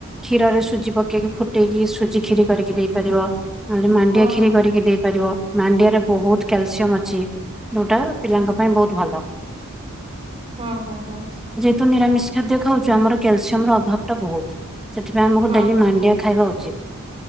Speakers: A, in the centre; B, on the right (about 25°).
A: କ୍ଷୀରରେ ସୁଜି ପକେଇକି ଫୁଟେଇକି ସୁଜି ଖିରି କରିକି ଦେଇ ପାରିବ। ନହେଲେ ମାଣ୍ଡିଆ
B: ହଁ
A: ଖୀରି
B: ହଁ
A: କରିକି ଦେଇପାରିବ ମାଣ୍ଡିଆରେ ବହୁତ କ୍ୟାଲସିୟମ ଅଛି। ଯୋଉଟା ପିଲାଙ୍କ
B: ହଁ
A: ପାଇଁ ବହୁତ ଭଲ।
B: ହଁ ହଁ ହଁ।
A: ତୁ ନିରାମିଷ ଖାଦ୍ୟ ଖାଉଛୁ ଆମର କ୍ୟାଲସିୟମ ର ଅଭାବ ଟା ବହୁତ ସେଥିପାଇଁ ଆମକୁ
B: ହଁ ହଁ ହଁ
A: ଡେଲି ମାଣ୍ଡିଆ ଖାଇବା ଉଚିତ୍।